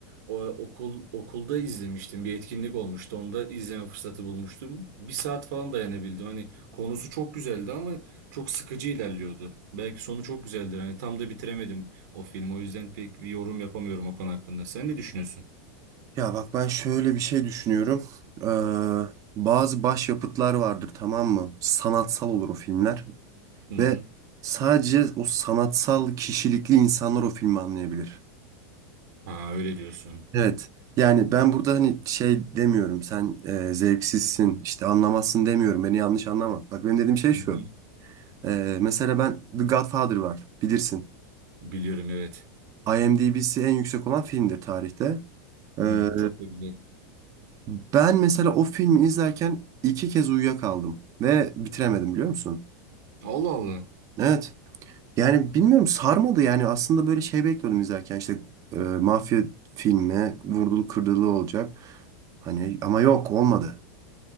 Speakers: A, on the right; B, on the right.
A: o, okul okulda izlemiştim. Bir etkinlik olmuştu. Onda izleme fırsatı bulmuştum. Bir saat falan dayanabildim. Hani konusu çok güzeldi ama çok sıkıcı ilerliyordu. Belki sonu çok güzeldir. Hani tam da bitiremedim o filmi. O yüzden pek bir yorum yapamıyorum o konu hakkında. Sen ne düşünüyorsun?
B: Ya bak ben şöyle bir şey düşünüyorum. Ee, bazı başyapıtlar vardır tamam mı? Sanatsal olur o filmler.
A: Hı hı.
B: Ve sadece o sanatsal kişilikli insanlar o filmi anlayabilir.
A: Ha öyle diyorsun.
B: Evet. Yani ben burada hani şey demiyorum sen e, zevksizsin işte anlamazsın demiyorum beni yanlış anlama. Bak benim dediğim şey şu.
A: Hı hı.
B: E, mesela ben The Godfather var bilirsin.
A: Biliyorum evet.
B: IMDb'si en yüksek olan filmdir tarihte. E,
A: Hı hı, çok da güzel.
B: ben mesela o filmi izlerken iki kez uyuyakaldım ve bitiremedim biliyor musun?
A: Allah Allah.
B: Evet. Yani bilmiyorum sarmadı yani aslında böyle şey bekliyordum izlerken işte e, mafya filmi vurdulu kırdılı olacak. Hani ama yok olmadı.